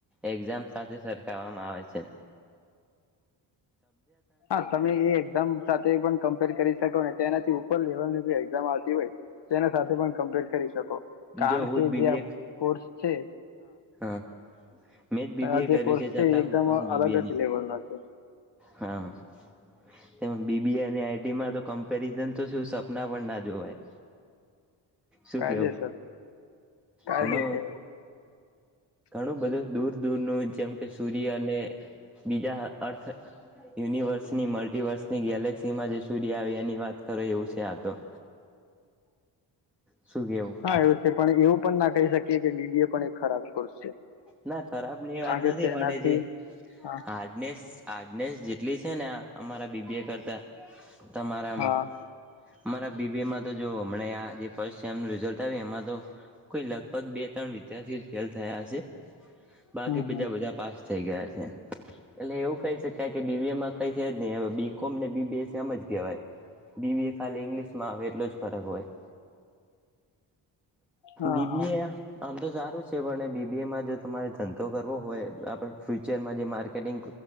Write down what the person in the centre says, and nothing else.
એક્ઝામ સાથે સરખવામાં આવે છે
જો હું
જ બીબીએ
હા મેં જ બીબીએ
કર્યું
છે છતાં
હું પણ બીબીએ
હા તે બીબીએ અને આઈટીમાં તો કમ્પેરઝન તો શું સપના પણ ના જોવાય શું
કેવું
ઘણો
ઘણું બધું દૂર દૂરનું જેમ કે સૂર્ય અને બીજા અર્થ યુનિવર્સની મલ્ટીવર્સની ગેલેક્સીમાં જે સૂર્ય આવે એની વાત કરો એવું છે આ તો શું કેવું
ના ખરાબ ની વાત
નથી
પણ જે
હારડને હાર્ડનેસ જે એટલી છે ને આ અમારા બીબીએ કરતાં તમારામાં
અમારા બીબી એમાં તો જો હમ આ ફસ રિઝલ્ટ આવ્યું એમાં તો કોઈ લગભગ બે ત્રણ વિદ્યાર્થીઓ ફેલ થયા હશે છે <unintelligible> બાકી
બીજા
બધા પાસ થઈ ગયા છે એટલે એવું કહી શકાય કે બીબી એમાં કઈ છે જ નહી હવે બી કોમને બીબી એજ કહેવાય બીબી એ ખાલી ઈંગ્લિશ માં આવે એટલો જ ફરક હોય
બીબી
એ આમ તો સારું છે પણ બી બીબી જો તમારે ધંધો કરવો હોય આપ ફ્યુચરમાં જે માર્કેટિંગ